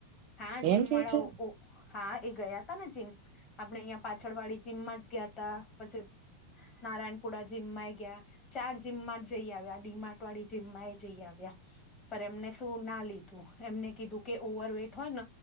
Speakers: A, on the left; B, on the right.
A: હા જીમ
B: એમ કેવ
A: વાળા
B: છે.
A: ઓ હા એ ગયા તા ન જીમ આપડે અહિયાં પાછળ વાડી જીમમાં જ ગયા તા. પછી નારાયણપુરા જીમમાં ગ્યા. ચાર જીમમાં જ જઈ આવ્યા આ ડીમાર્ટ વાળી જીમમાં એ જઈ આવ્યા પર એમને શું ના લીધું. એમને કીધું કે ઓવર વેટ હોય ન